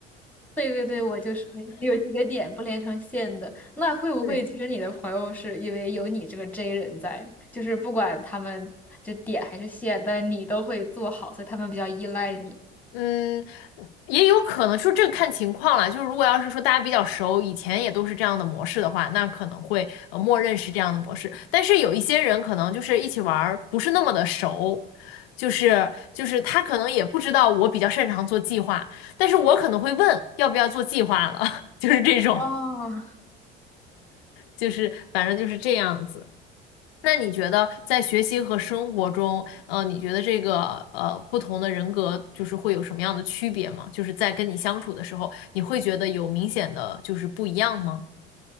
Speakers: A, in the centre; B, on the left.
A: 对对对，我就是有几个点不连成线的。那会不会其实你的朋友是因为有你这个
B: 对。
A: J 人在，就是不管他们就点还是线，但你都会做好，所以他们比较依赖你。
B: 嗯，也有可能，说这个看情况了。就是如果要是说大家比较熟，以前也都是这样的模式的话，那可能会呃默认是这样的模式。但是有一些人可能就是一起玩儿不是那么的熟，就是就是他可能也不知道我比较擅长做计划，但是我可能会问要不要做计划了，<laughs> 就是这种，
A: 哦，
B: 就是反正就是这样子。那你觉得在学习和生活中，呃，你觉得这个呃不同的人格就是会有什么样的区别吗？就是在跟你相处的时候，你会觉得有明显的就是不一样吗